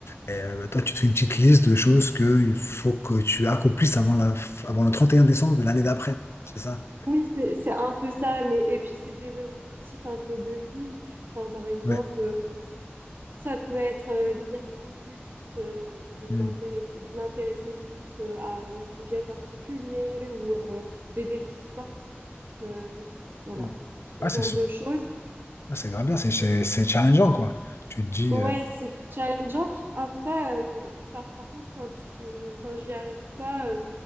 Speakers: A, on the left; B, on the right.
A: Et euh, toi, tu te fais une petite liste de choses qu'il faut que tu accomplisses avant, la, f- avant le 31 décembre de l'année d'après, quoi. C'est ça?
B: oui, c'est c'est un peu ça, mais et puis c'est des objectifs un peu de vie. Tu, enfin, par exemple,
A: Ouais.
B: euh, Ça peut être euh, lire plus, euh,
A: Mm.
B: m'intéresser plus, m'intéresser plus euh, à un sujet particulier ou euh, des défis sportifs, euh, voilà,
A: Mm.
B: ce
A: Ah,
B: genre
A: c'est su-
B: de choses.
A: ah, c'est grave bien,
B: euh,
A: c'est c'est- c'est challengeant, quoi. Tu te dis.
B: Ouais, c'est challengeant. Après, euh, par, par contre, quand tu, quand j'y arrive pas, euh,